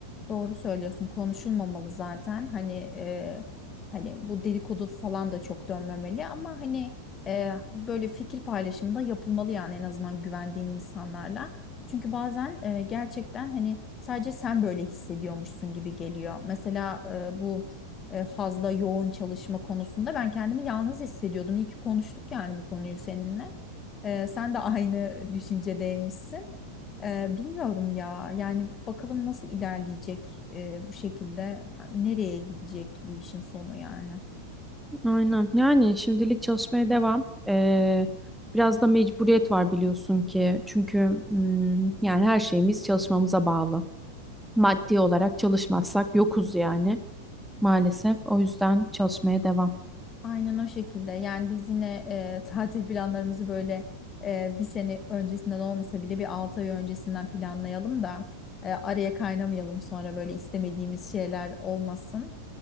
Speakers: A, on the left (about 25°); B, in the centre.
A: Doğru söylüyorsun. Konuşulmamalı zaten. Hani e, hani bu dedikodu falan da çok dönmemeli ama hani e, böyle fikir paylaşımı da yapılmalı yani en azından güvendiğin insanlarla. Çünkü bazen e, gerçekten hani sadece sen böyle hissediyormuşsun gibi geliyor. Mesela e, bu e, fazla yoğun çalışma konusunda ben kendimi yalnız hissediyordum. İyi ki konuştuk yani bu konuyu seninle. E, sen de aynı düşüncedeymişsin. Ee, bilmiyorum ya. Yani bakalım nasıl ilerleyecek e, bu şekilde. Yani Nereye gidecek bu işin sonu yani.
B: Aynen. Yani şimdilik çalışmaya devam. Ee, biraz da mecburiyet var biliyorsun ki. Çünkü mm, yani her şeyimiz çalışmamıza bağlı. Maddi olarak çalışmazsak
A: <laughs>
B: yokuz yani maalesef. O yüzden çalışmaya devam.
A: Aynen o şekilde. Yani biz yine e, tatil planlarımızı böyle e, bir sene öncesinden olmasa bile bir 6 ay öncesinden planlayalım da e, araya kaynamayalım sonra böyle istemediğimiz şeyler olmasın.